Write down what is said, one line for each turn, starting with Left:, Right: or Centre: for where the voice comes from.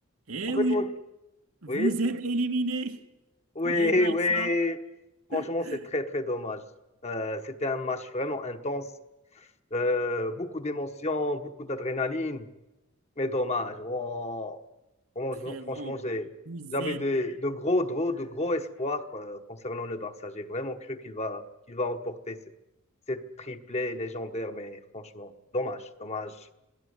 Right: Eh
Left: En fait,
Right: oui,
Left: moi,
Right: vous
Left: oui,
Right: êtes éliminé.
Left: oui,
Right: Le Barça,
Left: oui. Franchement,
Right: <laughs>
Left: c'est très, très dommage. Euh, c'était un match vraiment intense. Euh, beaucoup d'émotions, beaucoup d'adrénaline. Mais dommage. Wow. Franchement,
Right: frérot,
Left: franchement, j'ai-
Right: vous
Left: j'avais
Right: êtes...
Left: de, de gros, gros, de gros espoirs quoi, concernant le Barça. J'ai vraiment cru qu'il va, qu'il va remporter cette, cette triplée légendaire. Mais franchement, dommage, dommage.